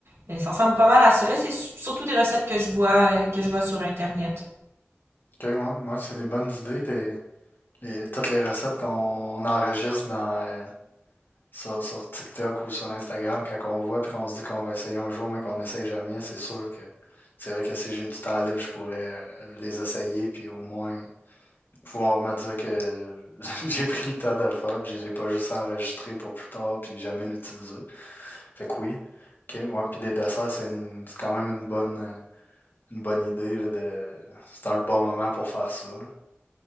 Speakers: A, on the right; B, on the left.
A: Mais ça ressemble pas mal à ça. Là, c'est surtout des recettes que je vois euh, que je vois sur Internet.
B: Ok, moi, moi, c'est des bonnes idées. T'es- Les- toutes les recettes qu'on enregistre dans, euh, sur, sur TikTok ou sur Instagram, quand on voit puis qu'on se dit qu'on va essayer un jour, mais qu'on n'essaye jamais, c'est sûr que c'est vrai que si j'ai du temps libre, je pourrais euh, les essayer puis au moins pouvoir me dire que <laughs> j'ai pris le temps de le faire puis j'ai pas juste enregistré pour plus tard puis jamais l'utiliser. Fait que oui. Ok, ouais, puis des desserts, c'est une- c'est quand même une bonne, euh, une bonne idée là, de, c'est dans le bon moment pour faire ça.